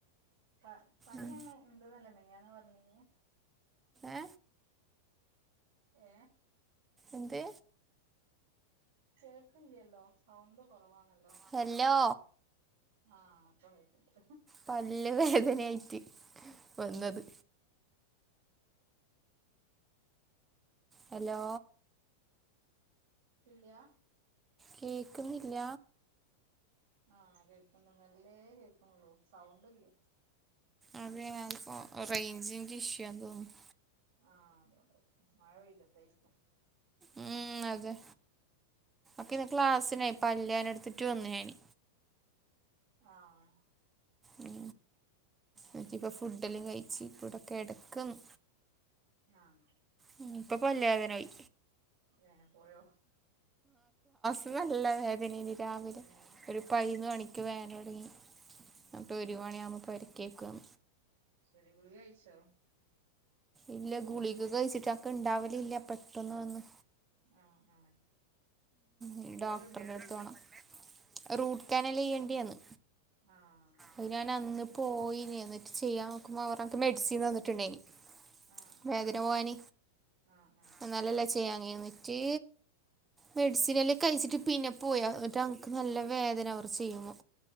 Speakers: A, on the right; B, on the right.
A: ഉ പനിയ
B: ഉം.
A: ഉന്തതല്ലേ മിനിയാന്ന് പറഞ്ഞനെ
B: ഏ
A: ഏഹ
B: എന്ത്
A: കേൾക്കില്ലല്ലോ സൗണ്ട് കുറവാണല്ലോ
B: ഹല്ലോ
A: ആഹ അപ്പയിക്കണ്ട്
B: പല് വേദനയായിട്ട് വന്നത് ഹലോ
A: ഇള്ളയാ
B: കേക്ക് മില്ല
A: ആഹ കേൾക്കണ്ട് മെല്ലേ കേക്കുന്നുള്ളൂ സൗണ്ടല്ല.
B: അത ഞാനപ്പോ റേഞ്ചിന്റെ ഇഷ്യുന്ന് തോന്നുന്നു.
A: ആഹ് അതുകൊണ്ടായി മഴ പെയ്തിട്ടെ ഇരിക്കും
B: ഉം അതെ ക്കെ ഇന്ന് ക്ലാസിനായിപ്പ പല്ല്‌വേന എടുത്തിട്ട് വന്നു ഞി
A: ആഹ്
B: ഉ
A: ശരി
B: നക്ക ഇപ്പൊ ഫുഡല്ലാം കഴിച്ച കൂടെക്കെ എടക്കന്ന്
A: ആഹ്
B: ഉ ഇപ്പൊ പല്ലതന പോയി.
A: ഏഹ പോയോ
B: നല്ലത അതിനനി രാവിലെ
A: ഏഹ്
B: ഒരു പതിനന്ന്
A: ശരി
B: മണിക്ക് വേൻ തുടങ്ങി
A: ആഹ്
B: നപ്പോൾ ഒരു മണിയാവകുമ്പോൾരക്കും കേൾക്കുകും
A: ചെടി ഗുളിക കയച്ചോ
B: ഇല്ല ഗുളികക്ക് കഴിച്ചിട്ട്ക്ക ഇണ്ടാവല ഇല്ല പെട്ടെന്ന് വന്നന്ന്
A: ആഹ് ആഹ്
B: ഉ
A: കേടുണ്ടോ
B: ഡോക്ടറിന്റെ
A: പല്ല്
B: അടുത്ത പോണണം റൂട്ട് കാനൽ ചെയ്യേണ്ടന്ന്
A: ആഹ്
B: അ ഞാൻ അന്ന് പോയിനി എന്നിട്ട് ചെയ്യാൻ നോക്കുമ്പോ അവക്ക് മെഡിസിൻ തന്നിട്ടുണ്ടേനി
A: ആഹ് ആഹ്
B: വേദന പോവാൻ
A: ആഹ് ആഹ്
B: എന്നാലല്ലേ ചെയ്യങ്ങയിഞ്ഞിട്ട് മെഡിസിനല്ലാം
A: ഉം
B: കഴിച്ചിട്ട് പിന്നെ പോയാ ന്നട്ട് - നല്ല വേദന അവർ
A: അത്
B: ചെയ്യുമ്പോ